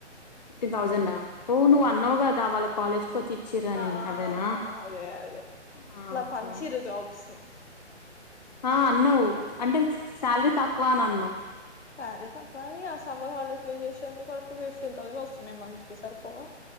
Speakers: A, on the left; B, on the left.
A: ఫిఫ్టీన్ థౌజండా ఓ
B: ఆ
A: నువ్వు అన్నావ్ గదా వాళ్ళ కాలేజ్ <unintelligible> ఇచ్చిర్రని
B: ఆ
A: అవేనా
B: అదే అదే
A: ఆ
B: ఇట్లా
A: ఒకే
B: పంచిరు
A: ఒకే
B: జాబ్స్ ని
A: హా అన్నావ్ అంటే శాలరీ తక్కువా అనన్నావ్
B: శారీ తక్కువ ఆ సమ్మర్ హాలిడేస్ వే చేసేందుకు ఒక ఫిఫ్టీన్ థౌసండ్ వస్తున్నాయి మంత్ కి సర్ పోవ